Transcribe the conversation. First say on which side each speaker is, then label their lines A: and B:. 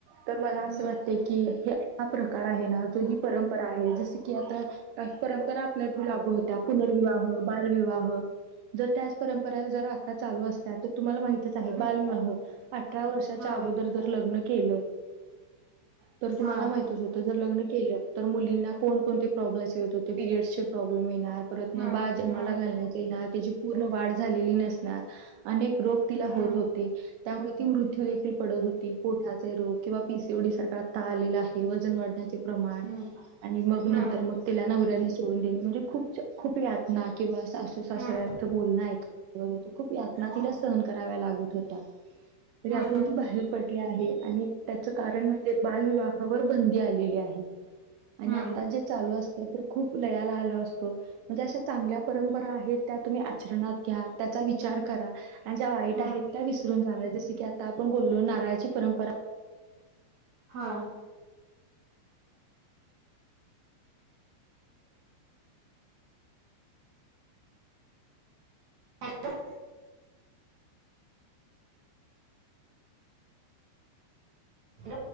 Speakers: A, on the right (about 80°); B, on the right (about 65°).
A: तर मला असं
B: हम्म
A: वाटते की हे हा प्रकार कार आहे ना. जो ही परंपरा आहे. जस की आता काही परंपरा आपल्यात बी लागू होत्या पुनर्विवाह, बालविवाह जर त्याच परंपरा जर आता चालू असत्या, तर तुम्हाला माहितच आहे,
B: हम्म
A: बालविवाह अठरा वर्षाच्या
B: होय
A: अगोदर जर लग्न केलं, तर तुम्हाला
B: होय
A: माहितच होत तर जर लग्न केलं, तर मुलींना कोण - कोणते प्रॉब्लेम्स येत होते. पिरियडसचे प्रॉब्लेम येणार. परत न
B: हम्म
A: बाळ जन्माला
B: हम्म
A: घालण्यात येणार. त्याची पूर्ण वाढ झालेली नसणार. अनेक रोग तिला होत
B: हम्म
A: होते. त्यामुळे ती मृत्यू देखील पडत होती. पोटाचे रोग किंवा पीसीओडी सारखा आता आलेला आहे. वजन वाढण्याचे प्रमाण,
B: हम्म
A: आणि मग, नंतर
B: हम्म
A: मग. तिला नवऱ्यानी सोडून देणे. म्हणजे, खूप -खूप यातना किंवा सासू सासऱ्यांचं
B: हम्म
A: बोलणं एक. खूप यातना,
B: हम्म
A: तिला सहन कराव लागत होत्या.
B: हम्म
A: यातून ती बाहेर पडली आहे, आणि त्याचं कारण म्हणजे बालविवाहावर बंदी. बंदी आलेली आहे, आणि
B: हम्म
A: आता जर चालू असत तर, खूप लयाला आलो असतो. म्हणजे अशा चांगल्या परंपरा आहेत, त्या तुम्ही आचरणात घ्या, त्याचा विचार करा. आणि ज्या वाईट
B: हम्म
A: आहेत, त्या विसरून जाव्या, जस की आता आपण बोललो, नारळाची परंपरा.
B: हा. Hello hello